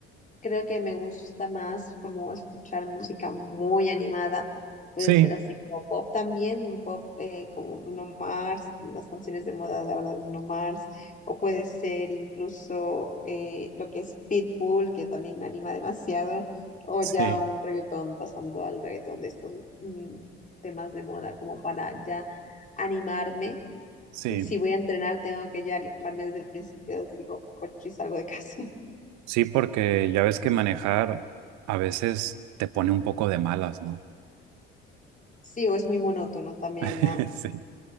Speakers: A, on the left; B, on the right.
A: Creo que me gusta más como escuchar música muy animada. Puede
B: Sí,
A: ser así como pop también, un pop eh, como Bruno Mars, las canciones de moda de ahora de Bruno Mars, o puede ser incluso eh, lo que es Pitbull, que también me anima demasiado, o
B: sí,
A: ya un reggaetón, pasando al reggaetón de estos mm, temas de moda, como para ya animarme.
B: sí,
A: Si voy a entrenar, tengo que ya animarme desde el principio, desde que cojo el coche y salgo de casa.
B: sí, porque ya ves que manejar a veces te pone un poco de malas, ¿no?
A: Sí, o es muy monótono también,
B: <laughs>
A: ¿no?
B: Sí,